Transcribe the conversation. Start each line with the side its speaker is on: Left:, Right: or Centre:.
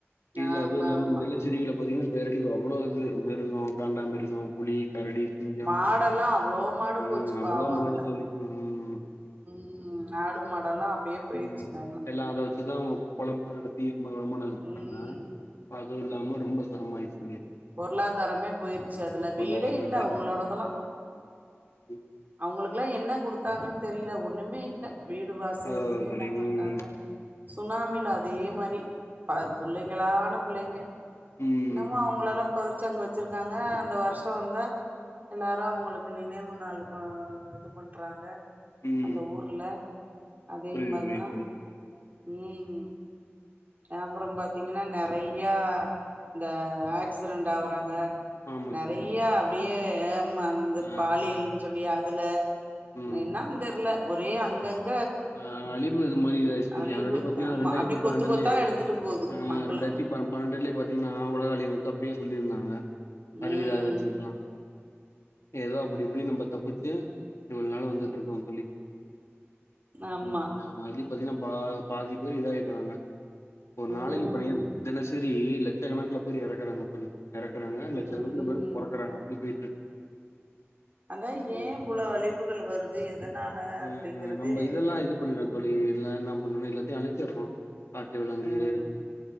Left: இல்ல
Right: ஆமா
Left: அதுவு இல்லாம
Right: ஆமா
Left: நிலச்சரிவுல பாத்தீங்கனா பேரடி அவ்ளோ இது மிருகோ காண்டா மிருகோ புலி கரடி சிங்கோ
Right: மாடெல்லா அவ்ளோ மாடு
Left: உம்
Right: போச்சு
Left: அவ்ளோ
Right: பாவோ
Left: மாடு
Right: அதுல
Left: தோழி உம்
Right: ம் ஆடு மாடெல்லா அப்டியே போயிருச்சுங்க
Left: ம் எல்லா அத வெச்சுதா அவங்க பொழப்பு‌நடத்தி வருமானோ இது பண்றாங்க
Right: ம்
Left: அது இல்லாம ரொம்போ சிரமாயிருச்
Right: பொருளாதாரமே போயிருச்சு அதுல
Left: பொருளாதாரமே
Right: வீடே இல்ல அங்களோடதெல்லா
Left: ம்
Right: அவங்களுக்கெல்லா என்ன குடுத்தாங்கன் தெரில ஒன் ஒண்ணுமே இல்ல வீடு வாசோ
Left: அதா
Right: எதுமே
Left: தோழி
Right: இல்லாம
Left: ம்
Right: இருக்காங்க சுனாமில அதே மாரி ப புள்ளைங்களான புள்ளைங்க
Left: ம்,
Right: என்னமா அவங்கள எல்லா பொதச்சு அங்க வெச்சுருக்காங்க இந்த வருஷோ வந்தா எல்லாரு அவங்களுக்கு நினைவு நாளு ப இது பண்றாங்க
Left: ம்
Right: அந்த ஊர்ல அதே
Left: புரிது
Right: மாரிதா
Left: புரிது தோழி
Right: ம் அப்புறோ பாத்தீங்கன்னா நறையா இந்த ஏக்ட் ஏக்ஸிடெண்ட் ஆவுறாங்க
Left: ஆமா
Right: நறையா
Left: தோழி, ஆமா.
Right: அப்டியே ஏம் ம்மா அந்த
Left: ஆ,
Right: பாலியல்ன்
Left: ம்,
Right: சொல்லி அ இதுல
Left: ம்.
Right: என்னான் தெர்ல ஒரே அங்கங்
Left: ஆ அழிவு இது மாரி சொல்லி
Right: அழிவு
Left: <unintelligible> பாத்தீங்கன்னா
Right: ஆமா
Left: ரெண்டாயிரத்தி
Right: அப்டியே
Left: பன்னெண்டுலயே
Right: கொத்து கொத்தா எடுத்துட்டு போகுது
Left: அ
Right: மக்கள
Left: ரெண்டாயிரத்தி பன் பன்னெண்டுலயே பாத்தீங்கன்னா உலக அழிவு இருக்கப் அப்பவே சொல்லியிருந்தாங்க அறிவியல்
Right: ம்
Left: ஆராய்ச்சி எல்லா எதோ அப்டி இப்டி நம்ப தப்புச்சு இவ்ளோ நாளா வந்துட்டு இருக்கோ தோழி
Right: ஆமா
Left: ம் அது பாத்தீங்கன்னா பா பாதி பேரு இதாயிடுறாங்க ஒரு
Right: ம்
Left: நாளைக்கு நறையா தினசரி ரி லட்சக்கணக்கல பேர் எறக்குறாங்க தோழி எறக்குறாங்க லட்சம்
Right: ம்
Left: பேர் பறக்குறாங்க அப்டி போயிட்ருக்கு
Right: அதா ஏ
Left: ம்.
Right: ஃபுல்லா அழிவுகள் வருது எதனால
Left: ம்
Right: அப்டிங்குறது
Left: நம்ம இதெல்லா இது பண்ணிடற தோழி எல்லா நம்ப <unintelligible> எல்லாத்தியு அழிச்சிரு காட்டு விலங்கு
Right: ம்